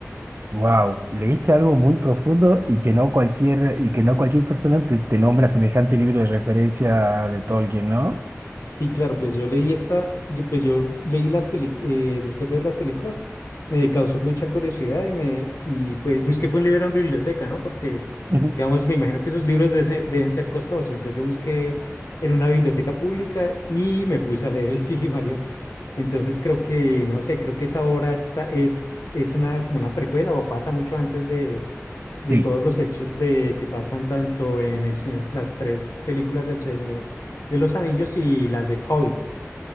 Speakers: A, on the right (about 50°); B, on the left (about 80°).
A: Wow, leíste algo muy profundo y que no cualquier, y que no cualquier persona te, te nombra semejante libro de referencia de Tolkien, ¿no?
B: Sí, claro, pues yo leí esta, yo- pues yo leí las películas, después de ver las películas, me causó mucha curiosidad y me, y pues busqué fue un libro en biblioteca, ¿no? Porque,
A: Ujú.
B: digamos, me imagino que esos libros deben ser, deben ser costosos, entonces yo busqué en una biblioteca pública y me puse a leer el <laughs> Silmarillion. Entonces creo que, no sé, creo que esa obra está, es, es una, como una precuela o pasa mucho antes de de
A: Sí,
B: todos los hechos de que pasan tanto en el Señor, las tres películas del Señor de los Anillos y las del Hobbit.